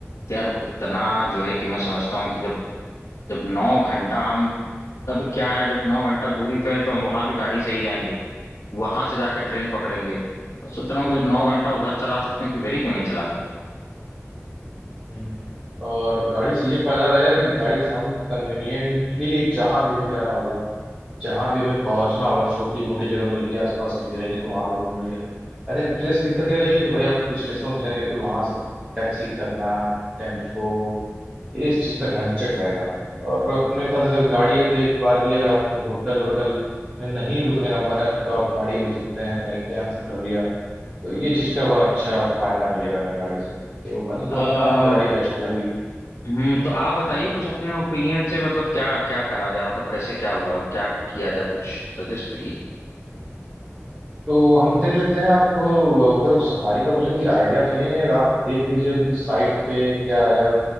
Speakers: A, on the left; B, on the right.
A: तो यार उतना जो है कि मैं समझता हूँ कि जब जब नौ घंटा हम तब क्या है जब नौ घंटा दूरी पे है तो हम वहां भी गाड़ी से ही जाएंगे वहां से जाके ट्रेन पकड़ेंगे तो सोच रहा हूँ जब नौ घंटा उधर चला सकते हैं तो इधर ही क्यों नहीं चलाते
B: हम्म। और गाड़ी से ये फायदा रहेगा कि गाड़ी से हम कन्वीनियंटली जहाँ भी हमें जाना होगा जहां भी हमें पहुंचना होगा छोटी मोटी जगह बल्कि आसपास की भी रहेंगे तो वहां भी घूम लेंगे अच्छा ट्रेन से दिक्कत ये रहेगी कि भाई आप स्टेशन उतरेंगे फिर वहां से टैक्सी करना टेम्पो इस चीज का झंझट रहेगा और अपने पास अगर गाड़ी है तो एक बार के लिए अगर आपको होटल होटल में नहीं भी रुकने का मन है तो आप गाड़ी में रुक सकते हैं कहीं कैंप कर लिया तो ये चीज का बड़ा अच्छा फायदा मिलेगा हमें गाड़ी से तो मैं तो समझता
A: आ,
B: हूँ गाड़ी बेस्ट रहेगी
A: हम्म तो आप बताइए कुछ अपने ओपिनियन से मतलब क्या क्या करा जाए मतलब कैसे क्या हुआ क्या किया जाए कुछ सजेस्ट करिए
B: तो हम देख लेते हैं आप अ, अगर उस सफारी का मुझे कोई आइडिया तो नहीं है आप देख लीजिए उनकी साइट पे क्या है